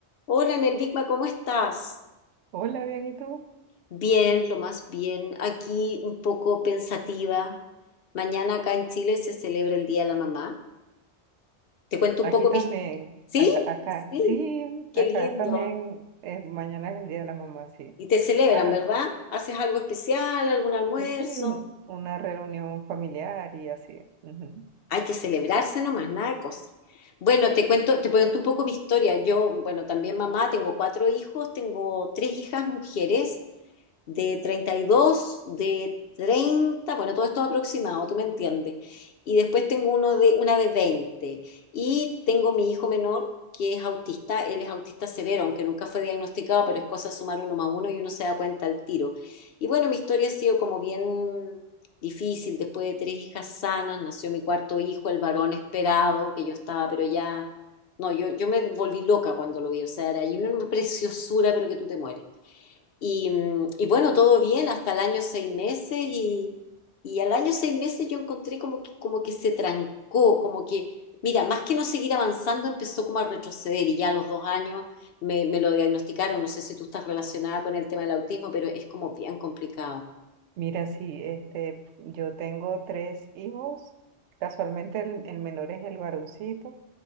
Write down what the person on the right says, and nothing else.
Hola, bien, ¿y tú?
Aquí
también,
acá, acá,
sí,
acá
también, eh, mañana es el Día de la Mamá, sí.
Ajá,
eh, sí, un- una reunión familiar y así. ujú.
Mira, sí, este, yo tengo tres hijos, casualmente el, el menor es el varoncito,